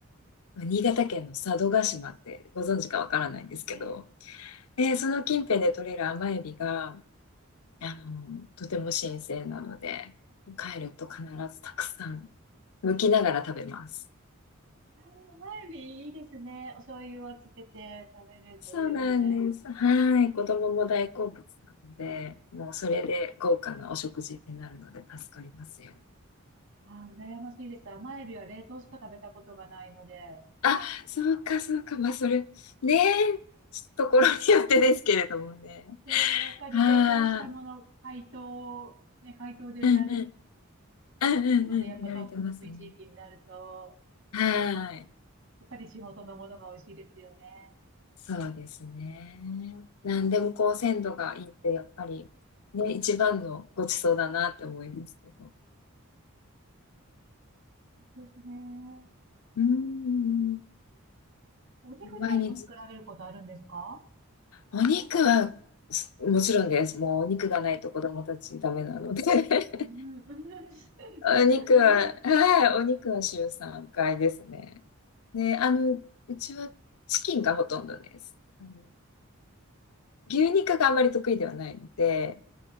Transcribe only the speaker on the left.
の、新潟県の佐渡島ってご存知かわからないんですけど、
で、その近辺で採れる甘エビが、あの、とても新鮮なので、帰ると必ずたくさん剥きながら食べます。
そうなんです。はい。子供も大好物なので、もうそれで豪華なお食事になるので助かりますよ。
あ、そうか、そうか。まあ、それ、ねえ、ところによってですけれどもね。
は
い。うんうん。うんうんうん。
見られてますね。はい。
そうですね。なんでもこう鮮度がいいってやっぱりね、一番のごちそうだなって思いますけど。
うーん。
毎日、お肉はすもちろんです。もうお肉がないと子供たちダメなので。<laughs>
お肉は、はい、お肉は週3回ですね。で、あの、うちはチキンがほとんどです。あの、牛肉があまり得意ではないので、